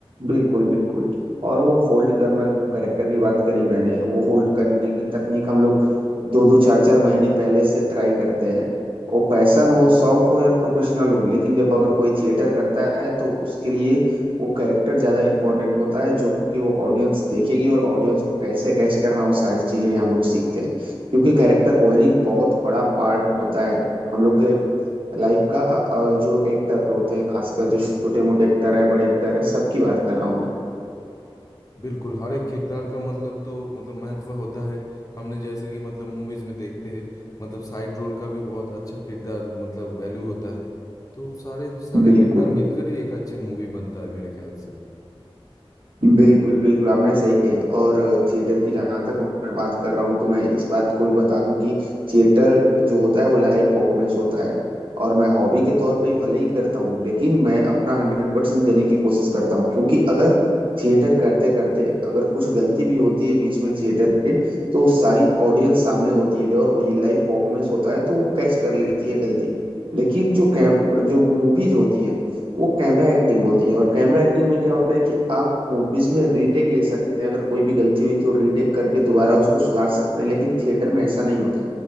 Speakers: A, on the right (about 60°); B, on the left (about 35°).
A: बिल्कुल बिल्कुल और वो होल्ड करना जो कैरेक्टर की बात करी मैंने वो होल्ड करने की तकनीक हम लोग दो दो चार चार महीने पहले से ट्राई करते हैं वो पैशन हो शौक हो या प्रोफेशनल हो लेकिन जब अगर कोई थिएटर करता है तो उसके लिए वो कैरेक्टर ज्यादा इंपॉर्टेंट होता है जो कि वो ऑडियंस देखेगी और ऑडियंस को कैसे कैच करना वो सारी चीजें हम लोग सीखते हैं क्योंकि कैरेक्टर होल्डिंग बहुत बड़ा पार्ट होता है हम लोग के लाइफ का और जो एक्टर होते हैं खासकर जो छोटे मोटे एक्टर हैं बड़े एक्टर हैं सबकी बात कर रहा हूँ मैं
B: बिल्कुल हर एक किरदार का मतलब तो मतलब महत्व होता है हमने जैसे कि मतलब मूवीज में देखते हैं मतलब साइड रोल का भी बहुत अच्छा किरदार मतलब वैल्यू होता है तो सारे सारे
A: बिल्कुल
B: किरदार मिलकर ही एक अच्छे मूवी बनता है मेरे ख्याल से
A: बिल्कुल बिल्कुल आपने सही कही और थिएटर की जहाँ तक मैं बात कर रहा हूँ तो मैं इस बात को भी बता दूं कि थिएटर जो होता है वो लाइव परफॉर्मेंस होता है और मैं हॉबी के तौर पे भले ही करता हूँ लेकिन मैं अपना हंड्रेड परसेंट देने की कोशिश करता हूँ क्योंकि अगर थिएटर करते करते अगर कुछ गलती भी होती है बीच में थिएटर के तो वो सारी ऑडियंस सामने होती है और वो ये लाइव परफॉर्मेंस होता है तो वो कैच कर लेती है गलती लेकिन जो कैम जो मूवीज होती हैं वो कैमरा एक्टिंग होती है और कैमरा एक्टिंग में क्या होता है कि आप मूवीज में रीटेक ले सकते हैं अगर कोई भी गलती हुई तो रीटेक करके दोबारा उसको सुधार सकते हैं लेकिन थिएटर में ऐसा नहीं होता